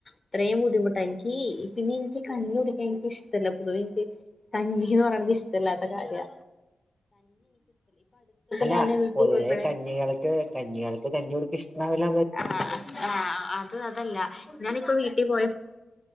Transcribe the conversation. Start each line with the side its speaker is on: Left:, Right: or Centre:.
Left: അത്രെയും ബുദ്ധിമുട്ടാണ് എൻക്കീ പിന്നെ ഇൻക്ക് കഞ്ഞി കുടിക്കാൻ ഇൻക്ക് ഇഷ്ട ഇല്ല പൊതുവെ ഇൻക്ക് കഞ്ഞിന്ന് പറിണെത് ഇഷ്ട ഇല്ലാത്ത കാര്യാ
Right: അല്ല
Left: ഞാന് വീട്ടിൽ
Right: പൊതുവെ
Left: പോയപ്പോഴേ
Right: കഞ്ഞികൾക്ക് കഞ്ഞികൾക്ക് കഞ്ഞി കുടിക്കാ ഇഷ്ടം ഇണ്ടാവ്‌ലാ
Left: ആഹ് ആഹ് അത് അത് അല്ലാ ഞാനിപ്പോ വീട്ടി പോയ സ